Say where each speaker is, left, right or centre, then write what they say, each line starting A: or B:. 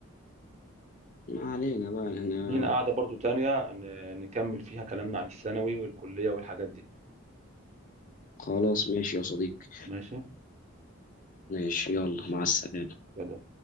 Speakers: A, on the left (about 40°); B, on the right (about 30°).
A: ما علينا بقى احنا
B: لينا قاعده برضه تانية ن- نكمل فيها كلامنا عن الثانوي والكليه والحاجات دي
A: خلاص ماشي يا صديقي
B: ماشي
A: ماشي يلا
B: ماشي
A: مع السلامه
B: يلا